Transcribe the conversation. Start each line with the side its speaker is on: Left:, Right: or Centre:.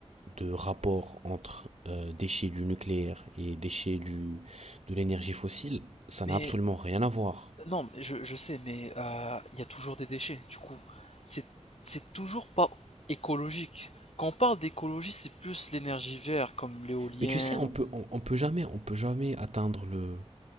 Right: de rapport entre euh, déchets du nucléaire et déchets du, de l'énergie fossile, ça
Left: Mais
Right: n'a absolument rien à voir.
Left: Non, mais je, je sais, mais euh, il y a toujours des déchets. Du coup, c'est c'est toujours pas écologique. Quand on parle d'écologie, c'est plus l'énergie verte, comme l'éolienne.
Right: Mais tu sais, on
Left: ou-
Right: peut, on, on peut jamais, on peut jamais atteindre le,